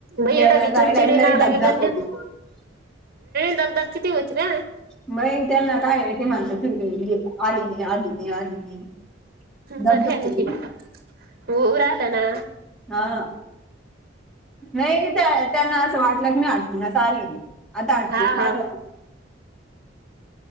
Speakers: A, on the right; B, in the centre.
A: मई
B: यायला
A: एडा <unintelligible> भी
B: जायला
A: चिडचिडी
B: बी लई
A: ना
B: दगधग
A: लागे गल्ली
B: होती
A: <inaudible> दबदक किती होती ना
B: मग त्यांना काय आहे ते, म्हणत तू आली नाही. आली नाही. आली नाही. दगधग
A: बर आहे.....
B: होती
A: वर आला ना?
B: ना हा..... नाही त्यांना असं वाटलं. कुणाचा आले? नाही आता अटकून
A: हा हा
B: आलं.